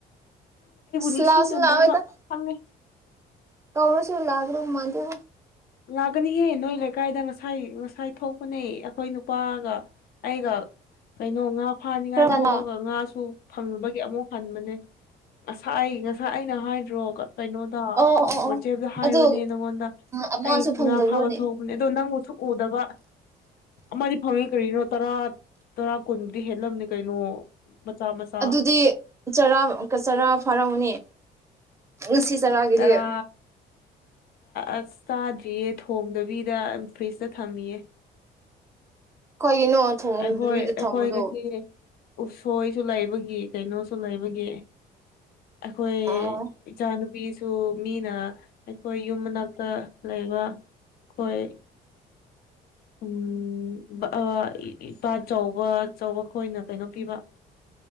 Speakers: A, on the right (about 15°); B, on the left (about 65°).
A: ꯁ
B: ꯅꯤꯡꯁꯤꯡꯉꯝꯃꯣꯏꯕ
A: ꯂꯥꯎ ꯁ ꯂꯑꯣꯦꯗ
B: ꯈꯪꯉꯦ
A: ꯀꯧꯁꯨ ꯂꯒ꯭ꯔꯨ ꯃꯥꯗ
B: ꯂꯥꯛꯒꯅꯤꯍꯦ ꯅꯣꯏ ꯂꯩꯀꯥꯏꯗ ꯉꯁꯥꯏ ꯉꯁꯥꯏ ꯊꯣꯛꯄꯅꯦ ꯑꯩꯈꯣꯏ ꯅꯨꯄꯥꯒ ꯑꯩꯒ ꯀꯩꯅꯣ ꯉꯥ ꯐꯥꯅꯤꯡꯉꯥꯏ
A: ꯈꯔ ꯉꯟꯅ
B: ꯊꯣꯛꯑꯒ ꯉꯥꯁꯨ ꯐꯪꯕꯒꯤ ꯑꯃꯨꯛ ꯍꯟꯕꯅꯦ ꯉꯁꯥꯏ ꯑꯩ ꯉꯁꯥꯏ ꯑꯩꯅ ꯍꯥꯏꯗ꯭ꯔꯣꯒ ꯀꯩꯅꯣꯗ
A: ꯑꯣ ꯑꯣ ꯑꯣ
B: ꯋꯥꯆꯦꯞꯇ ꯍꯥꯏꯔꯨꯅꯦ
A: ꯑꯗꯨ
B: ꯅꯪꯉꯣꯟꯗ
A: ꯑꯃꯁꯨ
B: ꯑꯩ
A: ꯐꯪꯗꯕ꯭ꯔꯣꯅꯦ
B: ꯉꯥ ꯐꯥꯕ ꯊꯣꯛꯣꯡꯕꯅꯦ ꯑꯗꯣ ꯅꯪꯕꯨꯁꯨ ꯎꯗꯕ ꯑꯃꯗꯤ ꯐꯪꯉꯤ ꯀꯔꯤꯅꯣ ꯇꯔꯥ ꯇꯔꯥ ꯀꯨꯟꯕꯨꯗꯤ ꯍꯦꯜꯂꯝꯅꯤ ꯀꯩꯅꯣ ꯃꯆꯥ ꯃꯆꯥ
A: ꯑꯗꯨꯗꯤ ꯆꯔꯥ ꯆꯔꯥ ꯐꯥꯔꯧꯅꯤ ꯉꯁꯤ ꯆꯔꯛꯑꯒꯗꯤ
B: ꯆꯔꯥ ꯑꯁ ꯆꯥꯗ꯭ꯔꯤꯌꯦ ꯊꯣꯡꯗꯕꯤꯗ ꯐ꯭ꯔꯤꯖꯇ ꯊꯝꯃꯤꯌꯦ
A: ꯀꯩꯒꯤꯅꯣ ꯊꯣꯡꯗꯕꯤꯗ
B: ꯑꯩꯈꯣꯏ ꯑꯩꯈꯣꯏ
A: ꯊꯝꯕꯗꯣ
B: ꯀꯁꯤ ꯎꯞꯁꯣꯏꯁꯨ ꯂꯩꯕꯒꯤ ꯀꯩꯅꯣꯁꯨ ꯂꯩꯕꯒꯤ ꯑꯩꯈꯣꯏ
A: ꯑꯣ
B: ꯏꯆꯥꯅꯨꯄꯤ ꯃꯤꯁꯨ ꯃꯤꯅ ꯑꯩꯈꯣꯏ ꯌꯨꯝ ꯃꯅꯥꯛꯇ ꯂꯩꯕ ꯈꯣꯏ ꯎꯝ ꯎ ꯏꯄꯥ ꯆꯥꯎꯧꯕ ꯑꯆꯧꯕ ꯈꯣꯏꯅ ꯀꯩꯅꯣ ꯄꯤꯕ